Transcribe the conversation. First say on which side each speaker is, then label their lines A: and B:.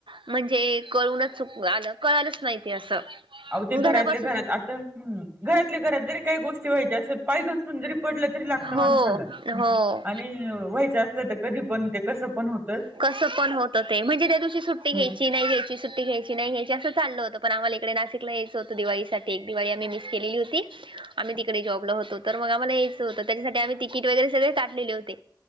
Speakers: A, on the right; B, on the right.
A: म्हणजे कळूनच चुक आलं. कळालंच नाही ते असं.
B: अहो ते घरातल्या
A: घरापासून
B: घरात घरातल्या घरात जरी काही गोष्टी व्हायच्या असेल पाय घसरुन जरी पडलं तरी लागतं
A: हो
B: माणसाला
A: हो
B: आणि व्हायचं असलं तर कधी पण ते कसं पण होतच.
A: कसपण होतं ते म्हणजे त्या दिवशी सुट्टी घ्यायची.
B: हो
A: सुट्टी नाही घ्यायची सुट्टी घ्यायची नाही असं चाललं होत. पण आम्हाला इकडे नाशिकला यायचं होतं दिवाळीसाठी. एक दिवाळी आम्ही मिस केलेली होती.
B: <inaudible>
A: आम्ही तिकडे जॉबल होतो, तर मग आम्हाला यायच होतं, त्याच्यासाठी आम्ही तिकीट वगैरे सगळे काढलेले होते.